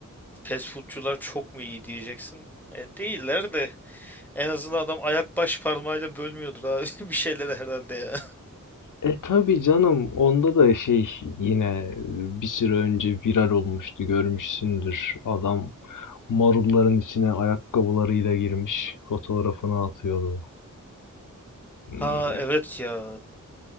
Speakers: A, in the centre; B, on the left.
A: fast foodcular çok mu iyi diyeceksin. E, değiller de en azından adam ayak baş parmağıyla bölmüyordur abi <laughs> bir şeyler herhalde ya.
B: E tabii canım onda da şey yine e, bir süre önce viral olmuştu görmüşsündür. Adam marulların içine ayakkabılarıyla girmiş fotoğrafını atıyordu. Hmm,
A: Ha evet ya.